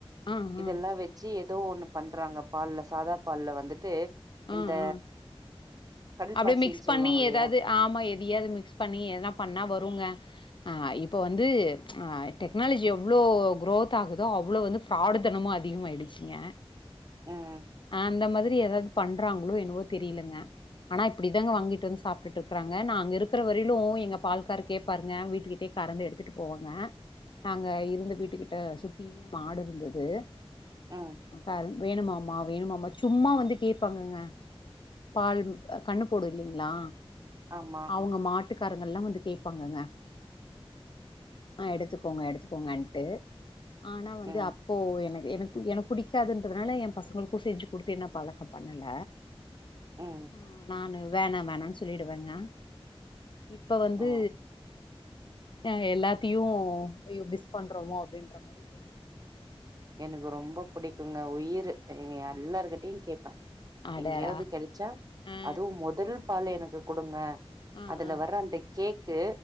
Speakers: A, on the left; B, on the right.
A: ஆ
B: இதெல்லா
A: ஆ
B: வச்சி தோ ஒன்னு பண்றாங்க பால்ல சாதா பால்ல வந்துட்டு
A: ஆ
B: இந்த
A: ஆ
B: கடல்பாசின்னு
A: அப்டியே மிக்ஸ்
B: சொல்லுவாங்க
A: பண்ணி
B: இல்லையா
A: எதாவது ஆமா எ தியாது மிக்ஸ் பண்ணி எதனா பண்ணா வருங்க அ இப்ப வந்து அ டெக்னாலஜி எவ்ளோ குரோத் ஆகுதோ அவ்ளோ வந்து ஃபிராடு தனமு அதிகமா ஆயிடிச்சிங்க
B: ம்
A: இந்த மாதிரி ஏதாவது பண்றாங்களோ என்னவோ தெரியலங்க ஆனா இப்டிதாங்க வாங்கிட்டு வந்து சாப்ட்டுட்டு இருக்கறாங்க நாங்க இருக்கிற வரையிலு எங்க பால்காரு கேப்பாருங்க வீட்டுக்கிட்டே கறந்து எடுத்துட்டு போவாங்க நாங்க இருந்த வீட்டு கிட்ட சுத்தியுமே மாடு இருந்தது
B: ம்
A: க்காரு வேணுமா மா வேணுமாமா சும்மா வந்து கேப்பாங்கங்க பால் ஆ கண்ணு போடு இல்லைங்களா
B: ஆமா
A: அவுங்க மாட் வட்டுக்காராங்களா வந்து கேப்பாங்கங்க ஆ எடுத்துக்கோங்க எடுத்துக்கோங்கன்ட்டு ஆனா வந்து
B: ம்
A: அப்போ எனக்கு எனக்கு எனக்கு பிடிக்காதுன்றதுனால எ பசங்களுக்கு செஞ்சு குடுத்து என்ன பழகோ பண்ணல
B: ம்
A: உ நானு வேணா வேணானு சொல்லிடுவேங்க இப்ப வந்து
B: ஓ
A: ஆ எல்லாத்தையு மிஸ் பண்றோமோ அப்படின்றமாரி <unintelligible>
B: எனக்கு ரொம்ப புடிக்குங்க உயிரு எங்க எல்லாருர்கிட்டயு கேப்பே
A: அடடா
B: எங்கயாவது கிடைச்சா
A: ஆ
B: அதுவு மொதல் பால் எனக்கு குடுங்க
A: ஆ
B: அதுல
A: ஆ
B: வர்ற அந்த கேக்கு